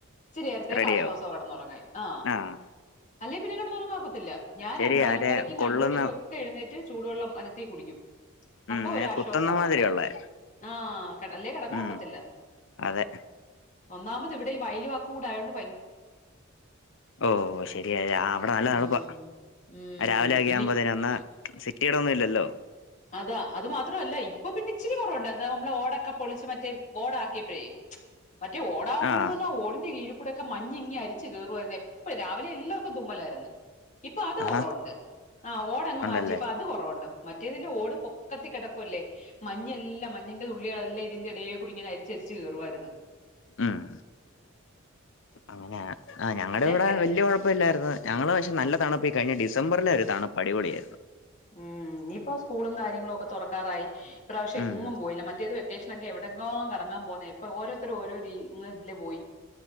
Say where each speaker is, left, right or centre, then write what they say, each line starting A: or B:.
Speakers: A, on the left (about 35°); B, on the left (about 60°).
A: ഇച്ചിരി നേരത്തേക്ക്
B: റെഡിയാവും
A: ആശ്വാസാ കിടന്നുറങ്ങാൻ ആഹ
B: ആഹ്
A: അല്ലെ പിന്നെ കിടന്നുറങ്ങാൻ ഒക്കത്തില്ല ഞാൻ
B: ശരിയാ
A: പതിനൊന്നരയ്ക്കും
B: മറ്റേ കൊള്ളുന്ന
A: രണ്ടു മണിക്കും ഒക്കെ എഴുന്നേ റ്റ് ചൂടുവെള്ളം അനത്തി കുടിക്കും അപ്പൊ
B: ഉം
A: ഒരാശ്വാസോ
B: കുത്തുന്ന
A: കിടക്കാൻ
B: മാതിരിയുള്ളേ
A: ആഹ അല്ലേ കിടക്കാൻ
B: ഉം
A: ഒക്കത്തില്ല
B: അതെ
A: ഒന്നാമത് ഇവിടെ ഈ വയലുവാക്ക് കൂടായോണ്ട്
B: ഓ ശരിയ ആ അവിടെ നല്ല
A: ഉം.
B: തണുപ്പാ
A: ഉം.
B: രാവിലെ ആകിയ
A: പിന്നെ
B: അമ്പതിന് വന്നാ സിറ്റിയടെ ഒന്നും ഇല്ലല്ലോ
A: അതാ അത് മാത്രമല്ല ഇപ്പൊ പിന്നെ ഇച്ചിരി കുറവുണ്ട് നമ്മള് ഒടൊക്കെ പൊളിച്ച് മറ്റേ ഓടാക്കി മറ്റേ ഓടാകുമ്പോഴന്ന്
B: ആഹ്
A: പറഞ്ഞാൽ ഓടിന്റെ കീഴ കൂടൊക്കെ മഞ്ഞിങ്ങ അടിച്ച് കേറുയായിരുന്നു എപ്പഴും രാവിലെ എല്ലാവർക്കും തുമ്മലായിരുന്നു ഇപ്പൊ അത് കുറവുണ്ട്
B: ആഹാ
A: ആ ഓടങ്ങ്
B: ഉണ്ടല്ലേ
A: മാറ്റിയപ്പം അത് കുറവുണ്ട് മറ്റേതില് ഓട് പൊക്കത്തിൽ കിടക്കുവല്ലേ മഞ്ഞെല്ലാം മഞ്ഞിൻന്റെ തുള്ളികളെല്ലാം ഇതിന്റെ ഇടെ കൂടി ഇങ്ങനെ അരിച്ചരിച്ച് കേറുവായിരുന്നു
B: ഉം അങ്ങനെ ആ ഞങ്ങടെ
A: പിന്നെ
B: ഇവിടെ
A: വേറെ
B: വലിയ കുഴപ്പമല്ലായിരുന്നു ഞങ്ങള് പക്ഷേ നല്ല തണിപ്പിൽ കഴിഞ്ഞ ഡി ഡിസംബറിലെ ഒരുതാണ് പടിപൊളിയായിരുന്നു
A: ഉം ഇനിയിപ്പോ സ്കൂളും കാര്യങ്ങളും ഒക്കെ തുറക്കാറായി ഇപ്രാവശ്യം
B: ഉം
A: എങ്ങും പോയില്ല മറ്റേത് വ ലൊക്കേഷനൊക്കെ എവിടെയങ്കും വെക്കേഷനോക്കേഇവിടേക്കോകറങ്ങാൻ പോകുന്നേ ഇപ്പൊ ഓരോത്തരും ഓരോ രീ ഇതില് പോയി